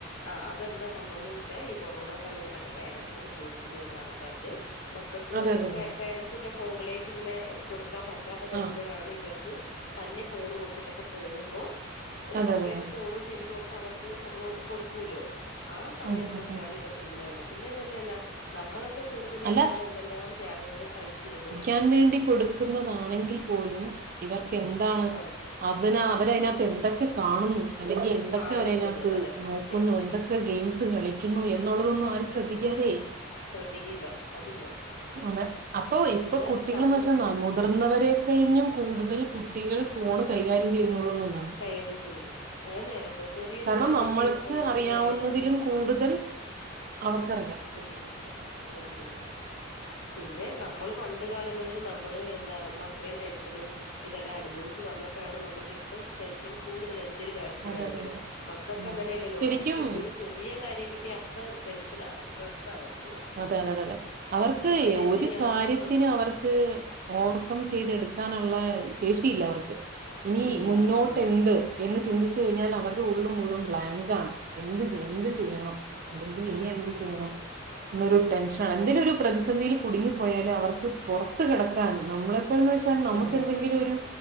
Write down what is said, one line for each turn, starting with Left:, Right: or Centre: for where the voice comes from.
Left: ആ അതെന്താ സംഭവംന്ന് വെച്ചാൽ ഈ കൊറോണ സമയത്തൊക്കെ പേരൻസിന് ജോലിക്ക് പോകണ്ട ആൾക്കാർക്ക് മക്കക്ക്
Right: അതെ അതെ
Left: പേ
Right: അതെ
Left: പേരൻസിന്റെ ഫോണിലേക്ക് ഇങ്ങനെ കൊടുക്കാൻ പറ്റാതെ വരുമ്പഴാണ്
Right: ആ
Left: ഇവർക്ക് തന്നെ ഫോണു കൊടുത്തിട്ടൊക്കെ പോകുമ്പോ ഒരു
Right: അതെ
Left: സപ്റേറ്റ്
Right: അതെ അതെ
Left: ഫോണും സിമ്മും ഒക്കെ അവർക്ക് നമ്മള് കൊടുക്കൂലോ ആ സമയം
Right: ഉം, ഉം,
Left: തൊട്ടാണ്
Right: ഉം.
Left: ഇവർക്ക് ഇങ്ങനെ വന്നെ പിന്നെ അത് തന്നെയല്ല നമ്മളെക്കെ ചെറുതിലെ
Right: അല്ല
Left: നമ്മളെന്തെല്ലാം ത്യാഗങ്ങള് സഹിച്ചിരുന്നു
Right: ഞാൻ വേണ്ടി കൊടുക്കുന്നതാണെങ്കിൽ പോലും ഇവർക്കെന്താണ്?
Left: ആ
Right: അവന അവര അയിനാത്ത് എന്തൊക്കെ കാണുന്നു അല്ലെങ്കി എന്തൊക്കെ
Left: കാണുന്നുണ്ട്
Right: അവരയിനാത്ത്
Left: അതെ
Right: നോക്കുന്നു
Left: സത്യം
Right: എന്തൊക്കെ ഗെയിംസ് കളിക്കുന്നു എന്നുള്ളതൊന്നും ആരും
Left: കാണിക്കുന്നു
Right: ശ്രദ്ധിക്കാതെ
Left: ശ്രദ്ധിക്കില്ല അതില്ല
Right: അതെ അപ്പൊ ഇപ്പൊ
Left: പിന്നെ
Right: കുട്ടികളെന്ന്
Left: നമ്മ
Right: വെച്ച നാമ മുതിർന്നവരെ കഴിഞ്ഞും കൂടുതൽ കുട്ടികൾ ഫോണ് കൈകാര്യം ചെയ്യുന്നുള്ളൂന്നുണ്ടാണ്
Left: കൈകാര്യം ചെയ്യുന്നു അത് നേരാട്ടോ ചെറിയൊരു
Right: കാരണം
Left: കൊച്ചിന്റെ
Right: നമ്മൾ
Left: അടുത്ത് കൊടുത്താ
Right: ക്ക്
Left: എന്ത്
Right: അറിയാവുന്നതിലും
Left: കാര്യവും അതിന്റകത്ത്ന്ന് പറഞ്ഞു
Right: കൂടുതൽ
Left: തരും
Right: അവർക്കറിയാം
Left: ഉം ഉം ഉം പിന്നെ നമ്മള് പണ്ട് കാലങ്ങളിൽ നമ്മള് എന്താ നമ്മളത്രയും ടെൻഷനും ഇതെല്ലാം അനുഭവിച്ചു വന്നിട്ടാണ് നമ്മക്കിപ്പം ടെൻഷൻ കൂടുതല് എൻ ന്തെര് കാര്യത്തിനാണെങ്കിലും
Right: അതെ അതെ അതെ
Left: മക്കക്ക്
Right: ഉം
Left: അങ്ങനെയല്ലല്ലോ
Right: ശരിക്കും
Left: മക്കക്കിപ്പൊര് ചെറ് റിയ കാര്യം കിട്ടിയ അപ്പ ടെൻഷനാ സ്ട്രെസാവർ
Right: അതെ അതെ അതെ അതെ അവർക്ക്
Left: അവരെങ്ങനെയാണ്ന്നുള്ളത്
Right: ഒരു കാര്യത്തിന് അവർ ക്ക് ഓവർകം ചെയ്തെടുക്കാനള്ള ശേഷിയില്ല അവർക്ക്. ഇനി
Left: ഇല്ല
Right: മുന്നോട്ടെന്ത്
Left: ഉം
Right: എന്ന് ചിന്തിച്ച് കഴിഞ്ഞാൽ അവർടെ ഉള്ള് മുഴുവൻ ബ്ലാങ്കാണ്. എന്ത് എന്ത് ചെയ്യണം
Left: ഉം ഉം
Right: അല്ലെങ്കിൽ ഇനി എന്ത്
Left: ഉം ഉം
Right: ചെയ്യണം ന്നൊരു ടെൻഷനണ്
Left: ഉം
Right: എന്തിനൊര് പ്രതിസന്ധിയിൽ കുടുങ്ങിപ്പോയാല് അവർക്ക് പൊറത്ത് കെടക്കാൻ നമ്മളെപ്പോൽന്നെൽ <unintelligible> നമ്മക്കെന്തെങ്കിലും
Left: ആഹ്
Right: ഒരു